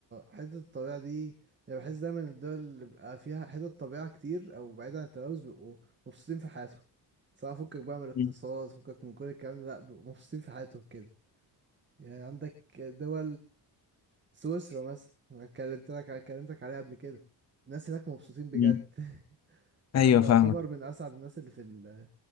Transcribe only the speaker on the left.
مم.
مم.
أيوه
فاهمك